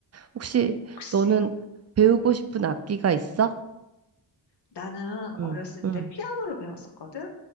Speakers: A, on the right; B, on the left.
A: 혹시
B: 혹시
A: 너는 배우고 싶은 악기가 있어?
B: 나는
A: 응,
B: 어렸을
A: 응,
B: 때 피아노를 배웠었거든?